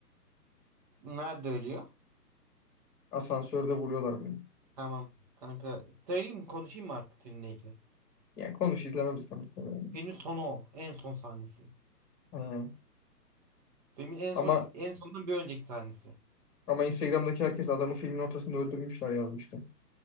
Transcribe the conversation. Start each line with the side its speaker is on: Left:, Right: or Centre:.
Right: Nerede ölüyor?
Left: asansörde vuruyorlar bunu.
Right: Tamam kanka. Söyleyeyim mi? Konuşayım mı artık filmle ilgili?
Left: Yani konuş izlemem zaten. muhtemelen.
Right: Filmin sonu o. En son sahnesi.
Left: Ha.
Right: Filmin en
Left: Ama
Right: son en sondan bir önceki sahnesi.
Left: ama Instagram'daki herkes adamı filmin ortasında öldürmüşler yazmıştı.